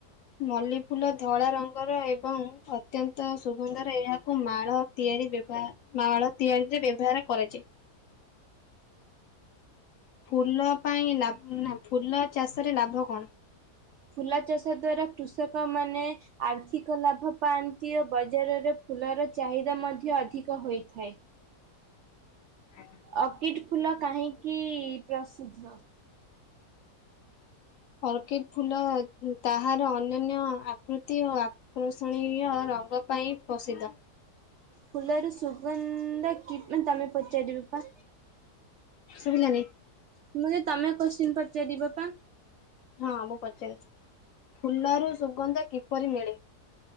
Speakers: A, on the left; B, on the right.
A: ମଲ୍ଲି ଫୁଲ ଧଳା ରଙ୍ଗର ଏବଂ ଅତ୍ୟନ୍ତ ସୁଗନ୍ଧରେ ଏହାକୁ ମାଳ ତିଆରି ବ୍ୟବ ମାଳ ତିଆରିରେ ବ୍ୟବହାର କରାଯାଏ। ଫୁଲ ପାଇଁ ଲାବ୍ ନା ଫୁଲ ଚାଷରେ ଲାଭ କଣ?
B: ଫୁଲ ଚାଷ ଦ୍ଵାରା କୃଷକ ମାନେ ଆର୍ଥିକ ଲାଭ ପାଆନ୍ତି ଓ ବଜାରରେ ଫୁଲର ଚାହିଦା ମଧ୍ୟ ଅଧିକ ହୋଇଥାଏ।
A: ଆ
B: ଅର୍କିଟ୍ ଫୁଲ କାହିଁକି ପ୍ରସିଦ୍ଧ?
A: ଅର୍କିଟ୍ ଫୁଲ ତାହାର ଅନ୍ୟାନ୍ୟ ଆକୃତି ଓ ଆକୃଷଣୀୟ ରଙ୍ଗ ପାଇଁ ପ୍ରସିଦ୍ଧ।
B: ଫୁଲରୁ ସୁଗନ୍ଧ କିପ ନା ତମେ ପଚାରିବ ପା।
A: ଶୁବିଲାନି।
B: ମୁଁ କହିଲି ତମେ କୋଶ୍ଚିିନ ପଚାରିବ ପା?
A: ହଁ ମୁଁ ପଚାର ଫୁଲରୁ ସୁଗନ୍ଧ କିପରି ମିଳେ?